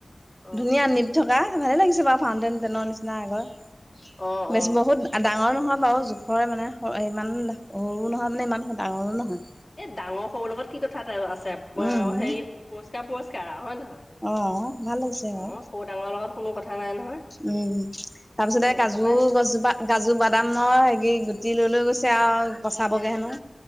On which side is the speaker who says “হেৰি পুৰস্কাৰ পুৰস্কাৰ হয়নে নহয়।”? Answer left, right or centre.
Left